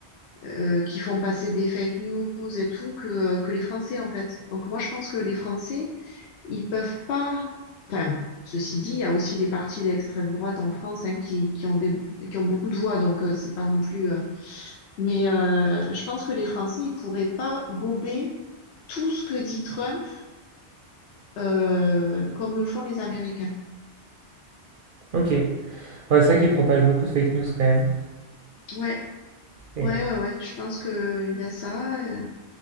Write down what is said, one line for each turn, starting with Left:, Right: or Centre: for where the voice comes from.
Left: euh, qui font passer des fake news et tout que, euh, que les Français en fait. Donc moi je pense que les Français, ils peuvent pas. Enfin, ceci dit, il y a aussi des partis d'extrême droite en France hein, qui, qui ont des, qui ont beaucoup de voix, donc euh, c'est pas non plus. euh, Mais euh, je pense que les Français, ils pourraient pas gober tout ce que dit Trump euh, comme le font les Américains.
Right: ok. Ouais, c'est vrai qu'il propage beaucoup de fake news quand même.
Left: Ouais.
Right: Et-
Left: Ouais, ouais, ouais, je pense que il y a ça. euh.